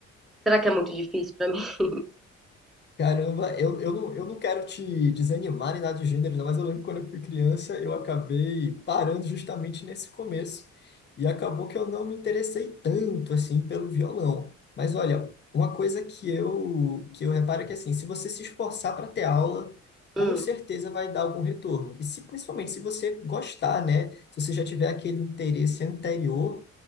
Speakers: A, in the centre; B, on the left (about 35°).
A: Será que é muito difícil pra mim? <laughs>
B: Caramba, eu, eu, não, eu não quero te desanimar nem nada do gênero, não, mas eu lembro quando eu fui criança, eu acabei parando justamente nesse começo. E acabou que eu não me interessei tanto assim pelo violão. Mas olha, uma coisa que eu que eu reparo é que assim, se você se esforçar para ter aula, com
A: Hum,
B: certeza vai dar algum retorno. E se principalmente se você gostar, né? Se você já tiver aquele interesse anterior,